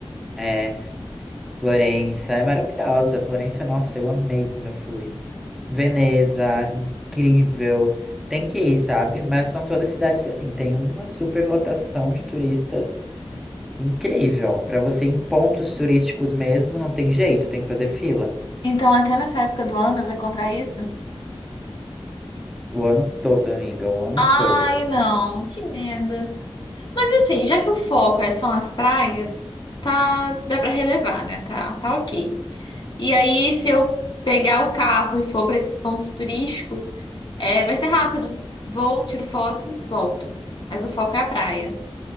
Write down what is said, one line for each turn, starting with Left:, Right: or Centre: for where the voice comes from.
Centre: é, Florença. É maravilhosa. Florença, nossa, eu amei quando eu fui. Veneza, incrível. Tem que ir, sabe? Mas são todas cidades que, assim, tem uma superlotação de turistas incrível. Pra você ir em pontos turísticos mesmo, não tem jeito, tem que fazer fila.
Left: Então, até nessa época do ano eu vou encontrar isso?
Centre: O ano todo, amiga, o ano
Left: Ai,
Centre: todo.
Left: não, que merda. Mas assim, já que o foco é, são as praias, tá, dá pra relevar, né? Tá, tá ok. E aí, se eu pegar o carro e for para esses pontos turísticos, é, vai ser rápido. Vou, tiro foto, volto. Mas o foco é a praia.